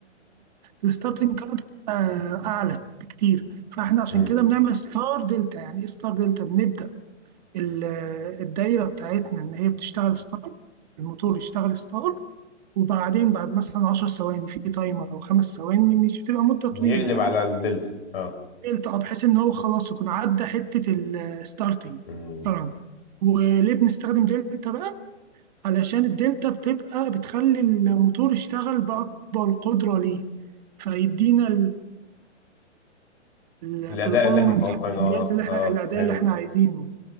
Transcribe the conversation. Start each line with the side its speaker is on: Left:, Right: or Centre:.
Right: الستارتنج كارنت اعلى بكتير فاحنا عشان
Left: مم.
Right: كده بنعمل ستار دلتا يعني ايه ستار دلتا بنبدا ال- الدايره بتاعتنا ان هي بتشتغل ستار الموتور يشتغل ستار وبعدين بعد مثلا 10 ثواني في تايمر او خمس ثواني مش بتبقى مده طويله
Left: يقلب
Right: يعني
Left: على الدلتا اه
Right: التقى بحيث ان هو خلاص يكون عدى حته الستارتنج
Left: مم.
Right: طبعا وليه بنستخدم دلتا بقى علشان الدلتا بتبقى بتخلي الموتور يشتغل باكبر قدره ليه فيدينا البرفورمانس
Left: الاداء اللي احنا متوقعينه
Right: او الانجاز
Left: اه
Right: اللي احنا
Left: اه
Right: الاداء
Left: فهمت
Right: اللي احنا عايزينه